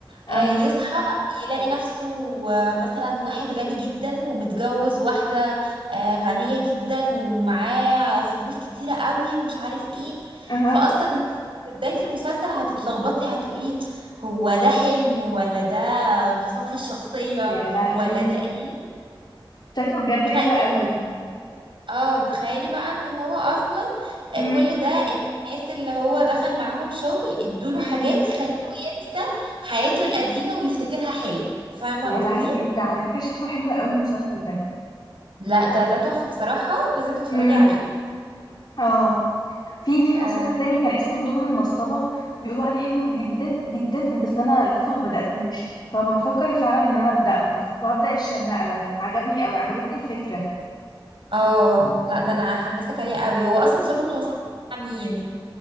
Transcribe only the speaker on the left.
اها
اها
يا لهوي
شكله بجد
حلو قوي
امم
امم
يا
لهوي ده على فكرة شكله حلو قوي المسلسل ده
امم
اه في في
مسلسل تاني كان اسمه ظلم المصطبة بيقولوا عليه حلو جدا جدا بس انا لسه ما بدأتوش فبفكر فعلا ان انا أبدأه وهبدأ الشرنقة ده عجبني او عجبتني الفكرة